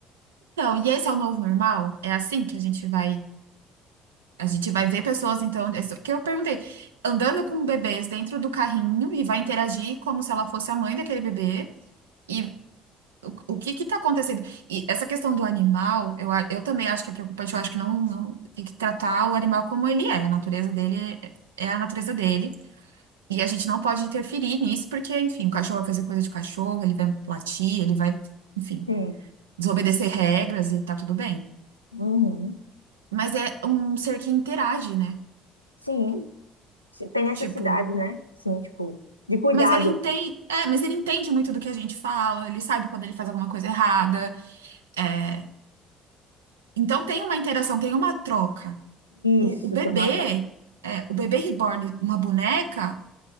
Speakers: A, on the right; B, on the left.
A: Então, e esse é o novo normal? É assim que a gente vai, a gente vai ver pessoas, então, esse- que eu perguntei, andando com bebês dentro do carrinho e vai interagir como se ela fosse a mãe daquele bebê, e o, o que que tá acontecendo? E essa questão do animal, eu, a- eu também acho que é preocupante, eu acho que não, não- tem que tratar o animal como ele é, a natureza dele é, é a natureza dele, e a gente não pode interferir nisso, porque, enfim, o cachorro vai fazer coisa de cachorro, ele vai latir, ele vai, enfim,
B: Sim.
A: desobedecer regras e tá tudo bem.
B: Uhum.
A: Mas é um ser que interage, né?
B: Sim, se- tem necessidade,
A: Tipo,
B: né? Sim, tipo, de cuidado.
A: mas ele entende, é, mas ele entende muito do que a gente fala, ele sabe quando ele faz alguma coisa errada. é. Então tem uma interação, tem uma troca. O,
B: Isso,
A: o bebê,
B: tem uma troca.
A: é, o bebê reborn, uma boneca,